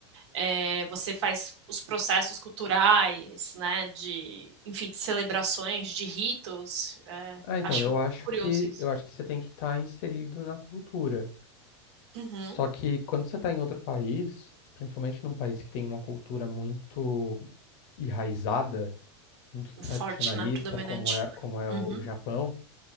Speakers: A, on the right; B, on the left.
A: É, você faz os processos culturais, né? De, enfim, de celebrações, de ritos. É,
B: Ah, então,
A: acho
B: eu acho
A: curioso
B: que
A: isso.
B: eu acho que você tem que estar inserido na cultura.
A: Uhum.
B: Só que quando você está em outro país, principalmente num país que tem uma cultura muito enraizada, muito tradicionalista,
A: Forte, né? Predominante.
B: como é, como é
A: Uhum.
B: o Japão,